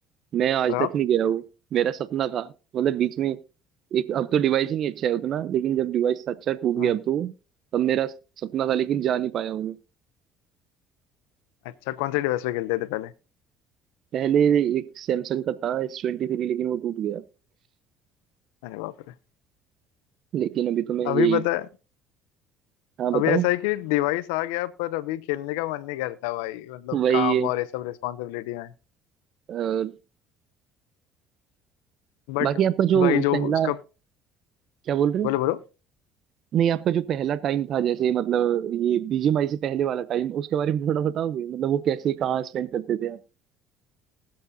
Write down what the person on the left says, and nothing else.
और आप
हाँ
अच्छा कौन से डिवाइस पे खेलते थे पहले
अरे बाप रे
अभी पता है
अभी ऐसा है कि डिवाइस आ गया पर अभी खेलने का मन नहीं करता भाई मतलब
काम
और ये सब रिस्पॉन्सिबिलिटी में
बट
भाई जो
उसका
बोलो बोलो